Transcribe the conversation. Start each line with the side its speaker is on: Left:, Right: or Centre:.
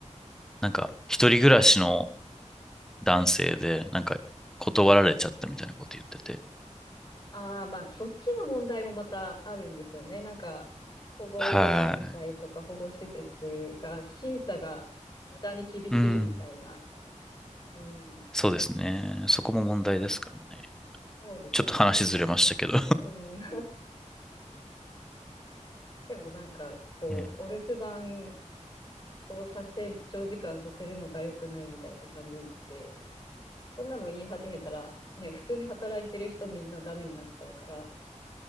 Centre: なんか、一人暮らしの男性で、なんか、断られちゃったみたいなこと言ってて。
Left: ああ、まあそっちの問題もまたあるんですよね。なんか保護団体とか保護施設が審査が無駄に厳しいみたいな。
Centre: はい。うん。
Left: うん、
Centre: そうですね。そこも問題ですからね。
Left: そうですよね。
Centre: ちょっと話ずれましたけど。
Left: なん、<laughs> うん。<laughs> でもなんか、
Centre: <laughs>
Left: こう、
Centre: ね
Left: お留守番をさせ、長時間させるのが良くないみたいな感じで、そんなの言い始めたら、ね、普通に働いてる人みんなダメになっちゃうから、